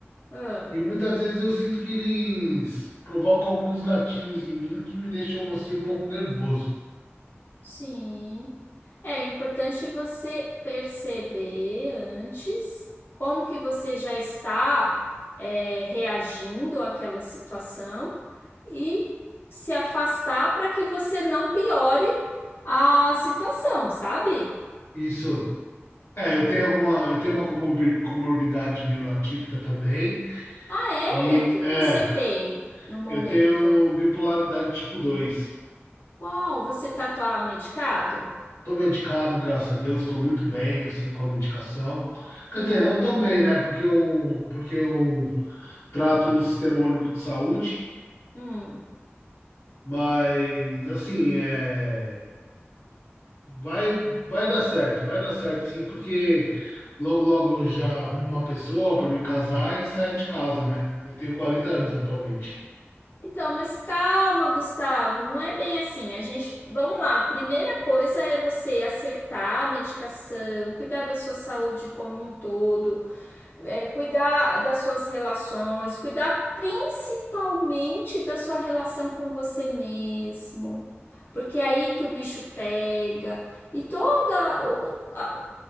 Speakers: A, on the left; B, on the left.
A: Ah,
B: E muitas vezes eu sinto que eles provocam alguns gatilhos em mim que me deixam assim um pouco nervoso.
A: sim. É o importante você perceber antes como que você já está é, reagindo àquela situação e se afastar para que você não piore a situação, sabe?
B: Isso. É, eu tenho alguma, eu tenho uma comorbi- comorbidade neuroatípica também.
A: Ah,
B: E
A: é? O que que
B: é,
A: você tem no momento?
B: eu tenho bipolaridade tipo 2.
A: Uau, você tá, tá medicado?
B: Tô medicado, graças a Deus, estou muito bem assim com a medicação.
A: Que
B: Quer dizer,
A: bom.
B: não tão bem, né? Porque eu, porque eu trato no Sistema Único de Saúde.
A: Hum.
B: Mas assim, é, vai vai dar certo, vai dar certo sim, porque logo logo eu já arrumo uma pessoa para me casar e sair de casa, né? Eu tenho 40 anos atualmente.
A: Então, mas calma, Gustavo, não é bem assim. A gente, vamos lá. A primeira coisa é você acertar a medicação, cuidar da sua saúde como um todo, é, cuidar das suas relações, cuidar principalmente da sua relação com você mesmo, porque é aí que o bicho pega e toda o, o- a,